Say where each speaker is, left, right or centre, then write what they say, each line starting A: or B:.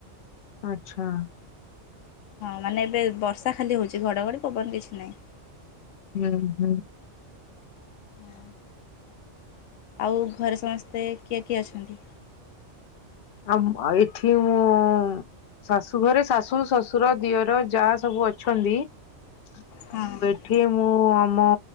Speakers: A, on the left; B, on the left.
A: ଆଚ୍ଛା
B: ହଁ ମାନେ ଏବେ ବର୍ଷା ଖାଲି ହଉଛି ଘଡ଼ଘଡ଼ି ପବନ କିଛି ନାହିଁ।
A: ହୁଁ ହୁଁ
B: ହଁ ଆଉ ଘରେ ସମସ୍ତେ କିଏ କିଏ ଅଛନ୍ତି?
A: ଆମ ଏଠି ମୁଁ ଶାଶୁ ଘରେ ଶାଶୁ ଶଶୁର ଦିଅର ଯାଆ ସବୁ ଅଛନ୍ତି ୱେଟ୍।
B: ହଁ ଆଚ୍ଛା
A: ଏଠି ମୁଁ ଆମ